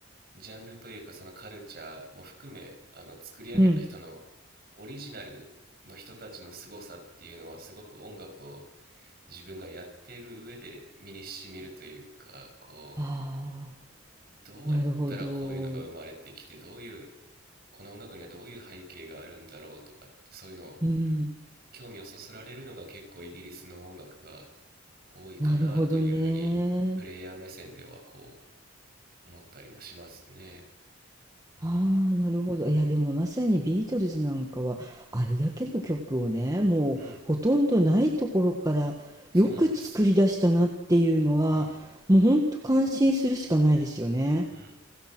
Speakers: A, on the right; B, on the right.
A: ジャンルというかそのカルチャーも含めあの作り上げた人の
B: うん。
A: オリジナルの人たちの凄さっていうのはすごく音楽を自分がやっている上で身にしみるというかこ
B: ああ、
A: うどうやったらこういうのが生まれてきてどういう
B: なるほど。
A: この音楽にはどういう背景があるんだろうとかってそういうのを
B: うん、
A: 興味をそそられるのが結構イギリスの音楽が多いかなというふうにプレイヤー目線ではこ
B: なるほどね。
A: う思ったりもしますね。うん、
B: ああ、なるほど。いや、でもまさにビートルズなんかは、あれだけの曲をね、もうほとんどないところからよく作り出したなっていうのは、
A: うん、そうなんです。うん、
B: もうほんと感心するしかないですよね。
A: うん。